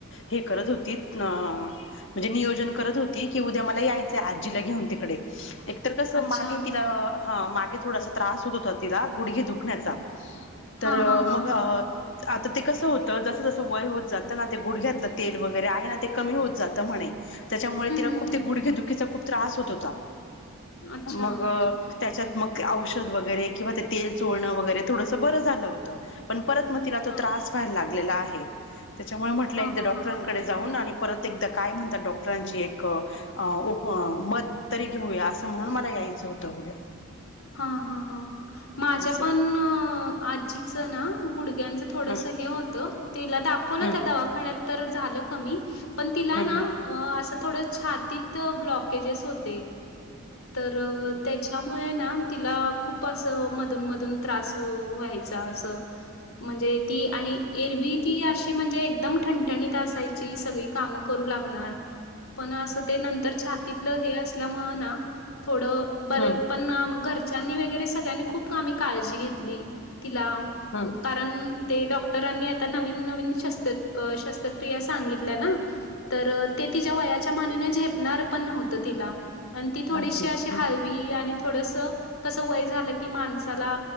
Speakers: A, on the left; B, on the left.
A: हे करत होतीत न.. म्हणजे नियोजन करत होती की उद्या मला यायचं आजीला घ्युन तिकडे तर कसं
B: अच्छा
A: मागे तिला हा मागे थोडासा त्रास हुत हुता तिला गुडघे दुखण्याचा तर
B: हा हा हा
A: मग आता ते कसं होतं जसं जसं वय होत जात <unintelligible> गुडघ्यातलं तेल
B: हम्म
A: वगैरे आहे ना ते कमी होत जातं म्हणे त्याच्यामुळे तिला
B: हम्म
A: खूप
B: हम्म
A: ते गुडघे दुखी खीचा खूप त्रास हुत हुता
B: अच्छा
A: मग अ.. त्याच्यात मग औषध वगैरे किंवा ते-तेल चोळणं वगैरे थोडसं बरं झालं होतं पण परत मग तिला तो
B: हा
A: त्रास व्हाय लागलेला आहे तच्यामुळं म्हटलं
B: हा
A: एकदा
B: हा
A: डॉक्टरांकडे
B: हा हा
A: जावून आणि परत एकदा काय म्हणतात डॉक्टरांची एक अ उप मत तरी होय असं म्हणून मला यायचं हुतं उद्या
B: हा हा हा माझ्या
A: असं
B: पण आजीचं ना गुडघ्यांच थोडसं
A: हं
B: हे होतं तिला दाखवलं
A: हं
B: त्या दवाखान्यात तर झालं कमी पण तिला
A: हं
B: ना असं थोडं छातीत ब्लॉकेजेस होते तर तच्यामुळे ना तिला खूप असं मधून मधून त्रास व्हायचा असं म्हणजे ती आणि एरवी ती अशी म्हणजे एकदम ठणठणीत असाय ची सगळी कामं करू लागणार पण असं ते नंतर छातीतलं हे असल्यामुळं ना थोडं बरे
A: हं हं
B: पण घरच्यांनी वगैरे सगळ्यांनी खूप आम्ही काळजी घेतली तिला
A: हं
B: कारण ते डॉक्टरांनी आता नवीन नवीन श शस्त्रक्रिया सांगितल्या ना तर ते तिच्या वयाच्या मानाने झेपणार पण नव्हतं तिला आणि ती थोडीशी
A: अगदी
B: अशी
A: हं
B: हलवी आणि थोडस कसं वय झालं की माणसाला